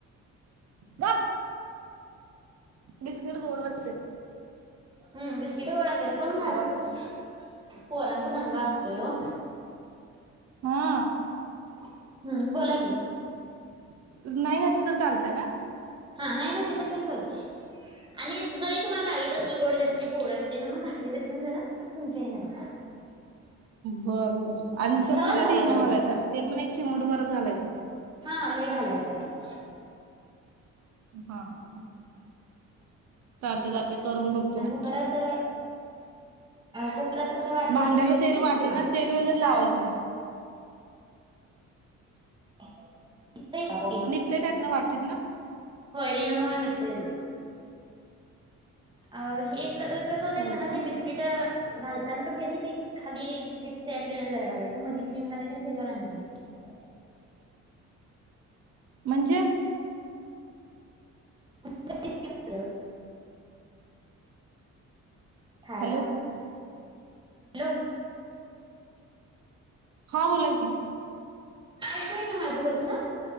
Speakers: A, on the right; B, on the right.
A: गप बिस्किट गोड असत
B: हम्म बिस्किट गड असेत करून घालते
A: आहे
B: <inaudible> पोरां दंगा असते ओ
A: हा
B: हम्म बोला कि मग
A: <inaudible> नाही घातलं तर चालत का
B: हा नाही घटली तरी पण चालते आणि जरी तुम्हाला लागत असेल गोड जास्तीत बोरा येते ना मग घातली तरी पण जरा तुमच्या आहे ना बघ
A: बर बर आणि फक्त
B: तवाच
A: त्यात
B: घालाय
A: इनो
B: पाहिजे
A: घालायच
B: खर
A: ते पण एक चिमट बरच घालायच
B: हा लय घालायचं नाही
A: हा ह ह सा चालतो चालती करून बघते
B: आणि
A: नक्की
B: कुकरात कुकरात अशा वाटी
A: <inaudible> <inaudible> भांड्याला
B: ठेवून कणी
A: तेल
B: ते शिट्टी
A: वाटेल
B: मारायची
A: ना तेल वगैरे लावायचं
B: घाल
A: काय
B: <unintelligible>
A: निघते त्यात ना वाटीत ना
B: हो इ नम लगेच <inaudible> अ एक कसं होत
A: होय
B: सांगा
A: का
B: ते बिस्किट घालताना पण त्यांनी ते खाली बिस्किटच तयार केलेलं जरा घालायं मध्येी क्रीम घालाय त्याच्यावर आणते बिस्किट
A: <inaudible>
B: ओतायचं.
A: म्हणजे
B: <unintelligible> काायला
A: हॅलो
B: <inaudible> हॅलो
A: हा बोला क
B: ऐकोय ना माझं बोलतो ना